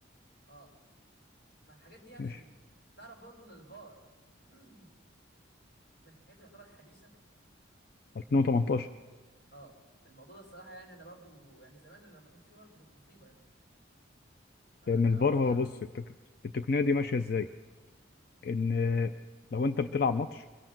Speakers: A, on the left; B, on the left.
A: اه فالحاجات دي يعني
B: ماشي
A: ال... تعرف برضه ان الفار <clears throat> من الحاجات اللي تعتبر حديثه ان
B: 2018
A: ال... ال- اه الموضوع ده الصراحه يعني انا برضو يعني زمان لما ما كانش فيه فار دي كانت مصيبه يا ابني. انا
B: لان الفار
A: هو طبعا
B: هو بص التك... التقنية دي ماشية ازاي ان لو انت بتلعب ماتش